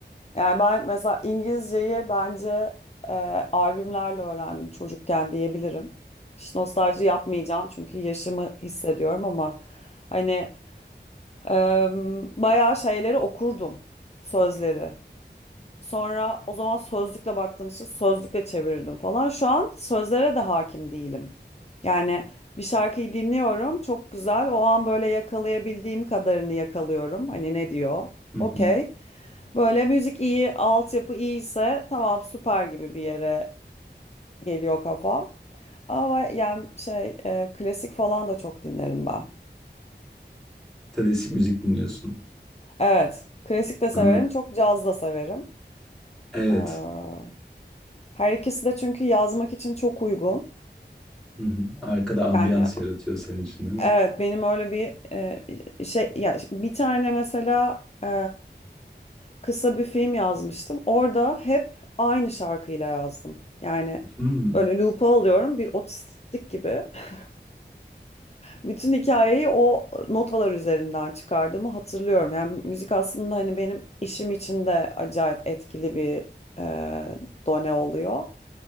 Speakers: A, on the left; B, in the centre.
A: Yani ben mesela İngilizceyi bence e, albümlerle öğrendim çocukken diyebilirim. Hiç nostalji yapmayacağım çünkü yaşımı hissediyorum ama hani e, bayağı şeyleri okurdum sözleri. Sonra o zaman sözlükle baktığım için sözlükle çevirirdim falan. Şu an sözlere de hakim değilim. Yani bir şarkıyı dinliyorum, çok güzel. O an böyle yakalayabildiğim kadarını yakalıyorum. Hani ne diyor?
B: <laughs>
A: Okey. Böyle müzik iyi, altyapı iyiyse tamam süper gibi bir yere geliyor kafam. Ama yani şey e, klasik falan da çok dinlerim ben.
B: Klasik müzik dinliyorsun.
A: Evet, klasik de severim,
B: Ha,
A: çok caz da severim.
B: evet.
A: Ee, her ikisi de çünkü yazmak için çok uygun.
B: Hı hı. Arkada ambiyans
A: Yani
B: yaratıyor senin için değil mi?
A: evet benim öyle bir e, şey ya bir tane mesela e, kısa bir film yazmıştım. Orada hep aynı şarkıyla yazdım. Yani
B: Hmm.
A: böyle loop'a alıyorum bir otistik gibi. <laughs> Bütün hikayeyi o notalar üzerinden çıkardığımı hatırlıyorum. Yani müzik aslında hani benim işim için de acayip etkili bir e, done oluyor.